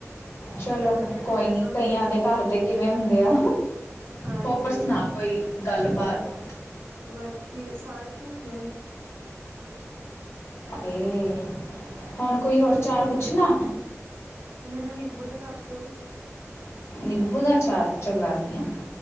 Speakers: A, on the left; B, on the right.
A: ਚਲੋ
B: ਸਾਰਿਆਂ ਦੇ ਅਲੱਗ
A: ਕੋਈ
B: ਅਲੱਗ
A: ਨੀ,
B: ਹੁੰਦੇ
A: ਕਈਆਂ
B: ਨੇ ਨਾ
A: ਦੇ ਘਰ ਦੇ ਕਿਵੇਂ ਹੁੰਦੇ ਆ।
B: ਹਾਂਜੀ
A: ਹੋਰ ਸੁਣਾ, ਕੋਈ ਗੱਲਬਾਤ?
B: ਵਧੀਆ, ਸਾਰੇ ਠੀਕ ਨੇ।
A: ਇਹ ਹੁਣ ਕੋਈ ਹੋਰ ਅਚਾਰ ਪੁੱਛਣਾ।
B: ਮੈਨੂੰ ਨਿੰਬੂ ਦਾ ਦੱਸ ਦੋ।
A: ਨਿੰਬੂ ਦਾ ਆਚਾਰ ਚੱਲ ਦੱਸਦੀ ਹਾਂ